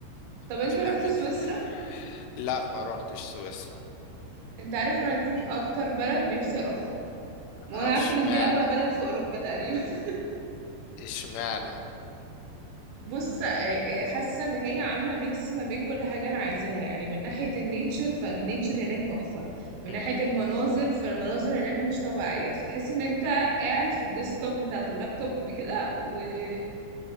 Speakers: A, on the right (about 75°); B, on the left (about 85°).
A: طب انت
B: بتفهمي
A: رحت سويسرا
B: كده لا ما روحتش سويسرا
A: انت عارف انا دي اكتر بلد نفسي اروحها وانا
B: اشمعنى
A: عارفة ان دي اغلى بلد في اوروبا تقريبا <laughs>
B: اشمعنى
A: بص آه، آه، حاسه ان هي عامله ميكس ما بين كل حاجه انا عايزاها يعني من ناحيه النيتشر فالنيتشر هناك تحفه
B: <laughs>
A: من ناحيه المناظر فالمناظر هناك مش طبيعيه فتحس ان انت قاعد في الديسكتوب بتاعه اللابتوب كده وتحس